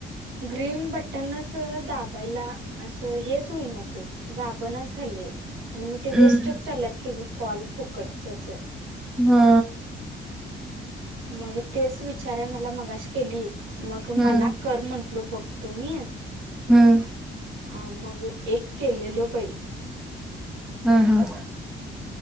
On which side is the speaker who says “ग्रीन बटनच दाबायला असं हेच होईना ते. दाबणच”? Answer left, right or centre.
Right